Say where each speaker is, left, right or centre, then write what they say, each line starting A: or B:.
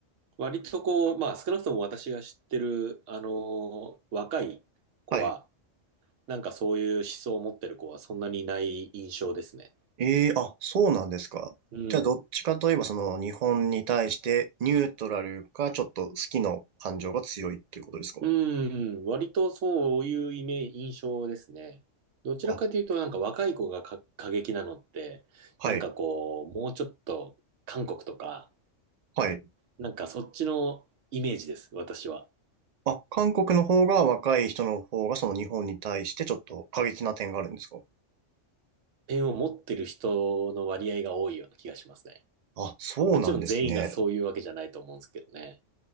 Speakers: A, on the right (about 75°); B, on the right (about 60°).
A: 割とこう、まあ少なくとも私が知ってる、あのー若い子は、
B: はい。
A: なんかそういう思想を持ってる子はそんなにいない印象ですね。
B: ええ、あ、そうなんですか。
A: うん。
B: じゃあ、どっちかといえば、その日本に対してニュートラルか、ちょっと好きの感情が強いっていうことですか
A: うん、割とそういうイメージ、印象ですね。どちらかというと、
B: あ、
A: なんか若い子がか過激なのって、
B: はい。
A: なんかこう、もうちょっと韓国とか、
B: はい。
A: なんかそっちのイメージです、私は。
B: あ、韓国の方が若い人の方が、その日本に対してちょっと過激な点があるんですか
A: ペンを持ってる人の割合が多いような気がしますね。
B: あ、そうなんですね。
A: もちろん全員がそういうわけじゃないと思うんですけどね。